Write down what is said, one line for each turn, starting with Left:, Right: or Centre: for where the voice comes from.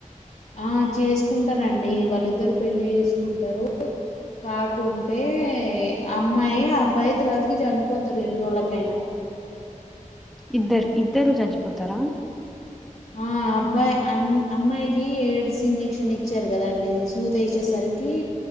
Left: ఆ చేసుకుంటారంండి వాళ్ళిద్దరు పెళ్లి చేసుకుంటారు. కాకుండా ట అమ్మాయి అయ్య అబ్బాయి తర్వాతకి చండిపోతారు రెండు రోజులకైనా
Centre: ఇద్దరు ఇద్దరు చజిపోతారా
Left: ఆ అబ్బాయి అ అమ్మాయికి ఎయిడ్స్ ఇంజక్షన్ ఇచ్చారు కదాండి సూదేసేసరికి